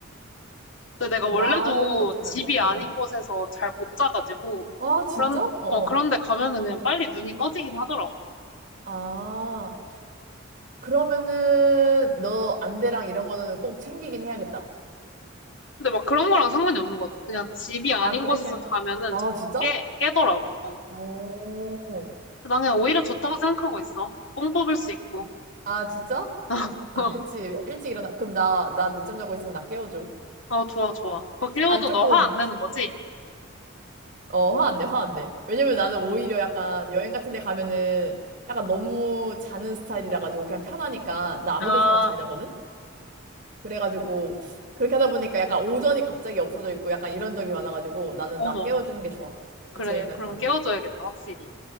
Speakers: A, on the left; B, on the right.
A: 근데 내가 원래도
B: 나는 어떻게
A: 집이
B: 하지?
A: 아닌
B: 어, 어.
A: 곳에서 잘 못 자가지고
B: 아, 진짜?
A: 그런
B: 어,
A: 어 그런데
B: 어.
A: 가면은 그냥 빨리 눈이 떠지긴 하더라고.
B: 아. 그러면은 너 안대랑 이런 거는 꼭 챙기긴 해야겠다.
A: 근데 막 그런 거랑 상관이 없는 것 같아. 그냥 집이 아닌
B: 아, 그래?
A: 곳에서
B: 그냥
A: 자면은
B: 아,
A: 자-
B: 진짜?
A: 깨 깨더라고. 어.
B: 오.
A: 난 그냥 오히려 좋다고 생각하고 있어. 뽕 뽑을 수 있고.
B: 아, 진짜?
A: <laughs>
B: 아, 그치. 일찍 일어나. 그럼 나, 나 늦잠 자고 있으면 나 깨워줘.
A: 어 좋아 좋아. 그거 깨워도
B: 난 조금,
A: 너 화 안 내는 거지?
B: 어, 화 안 내, 화 안 내. 왜냐면 나는 오히려 약간 여행 같은 데 가면은 약간 너무 자는 스타일이라 가지고 그냥 편하니까 나 아무
A: 아
B: 데서나 잘 자거든? 그래가지고 그렇게 하다 보니까 약간 오전이 갑자기 없어져 있고 약간 이런 적이 많아가지고 나는
A: 어머
B: 나 깨워주는 게 좋아.
A: 그래
B: 같이 여행 간
A: 그럼
B: 사람이.
A: 깨워줘야겠다 확실히.